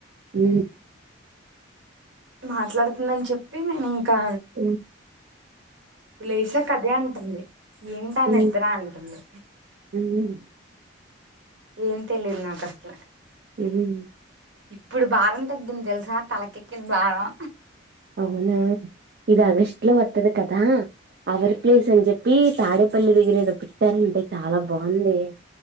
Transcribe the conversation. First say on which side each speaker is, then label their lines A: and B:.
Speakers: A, on the right; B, on the right.
A: ఉ
B: మాట్లాడుతుందని చెప్పి నేను ఇంకా
A: ఉమ్,
B: ఇప్పుడు లేసా కదే అంటుంది ఏంటా ఆ
A: ఉమ్,
B: నిద్ర అంటుంది
A: ఉమ్,
B: ఏం తెలీదు నాకస్ల
A: తెలీదు
B: ఇప్పుడు భారం తగ్గింది తెలుసా తలకెక్కింది భారం
A: అవునా ఇది అగస్ట్ లో వత్తది కదా అవర్ ప్లేస్ అని చెప్ ప్పి తాడేపల్లి దగ్గర ఏదో పెట్టారంటే చాలా బాగుంది